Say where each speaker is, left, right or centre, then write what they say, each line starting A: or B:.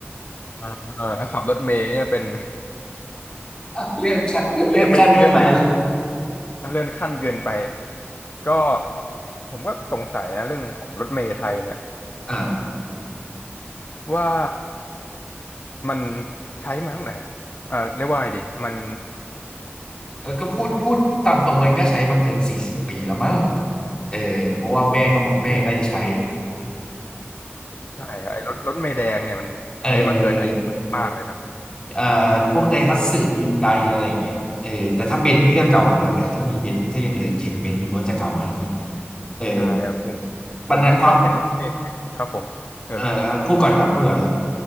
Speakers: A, on the left; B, on the left.
A: อ่าเออถ้าขับรถเมล์เนี่ยเป็น
B: <laughs> เลื่อนขั้นเลื่อนขั้นด้วยแฟน
A: <laughs> ก็จะเป็นอีกเรื่องหนึ่งเรื่องขั้นเกินไปก็ผมก็สงสัยนะเรื่องของรถเมล์ไทยเนี่ย
B: อ่ะ
A: ว่ามันใช้มาตั้งแต่อ่าเรียกว่าไงดีมัน
B: แล้วก็พูดพูดตามตรงมันก็ใช้มาเกินสี่สิบปีแล้วมั้ง เออเพราะว่าแม่ก็บอกแม่ก็จะใช้
A: อืมใช่ครับไอ้รถรถเมล์แดงเนี่ยมันใช้มาเกินอายุมากเลยนะ
B: เออเอ่อพวกไดฮัตสึยุนไดอะไรอย่างเงี้ยเออแต่ถ้าเบนซ์นี่ก็เก่ากว่านั้นนะถ้ามีเบนซ์ถ้ายังเหลือเห็นเบนซ์อยู่ก็จะเก่ากว่านั้นอีกเออ
A: ใช่ครับผม
B: ปัญหาความ
A: ผมชอบเห็นรถเมล์ครับผมเชิญเลยครับ
B: เอ่อพูดก่อนครับพูดก่อนครับ